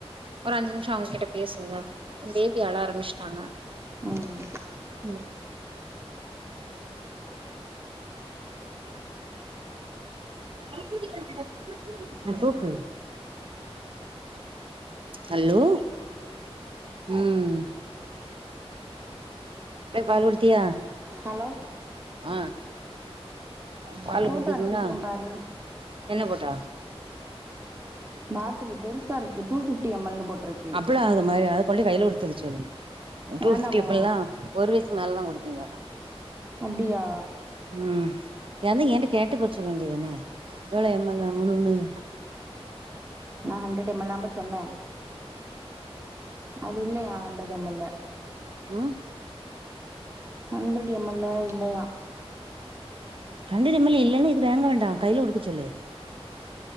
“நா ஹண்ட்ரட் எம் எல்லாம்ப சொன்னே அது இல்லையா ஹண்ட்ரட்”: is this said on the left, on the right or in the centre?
Right